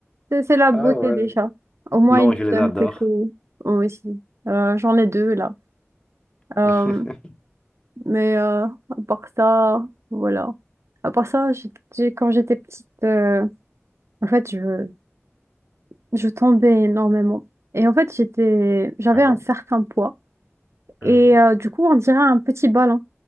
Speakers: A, on the right; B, on the left.
A: C'est c'est la beauté
B: Ah ouais.
A: des chats. Au moins,
B: Non,
A: ils nous
B: je les
A: donnent
B: adore.
A: quelques mots aussi. Euh, j'en ai deux là. Euh,
B: <laughs>
A: mais euh, à part ça, voilà. À part ça, j'ai- j'ai- quand j'étais petite, euh, en fait, je, je tombais énormément. Et en fait, j'étais, j'avais
B: Ah
A: un
B: bon?
A: certain poids.
B: Mhm,
A: Et euh, du coup, on dirait un petit ballon.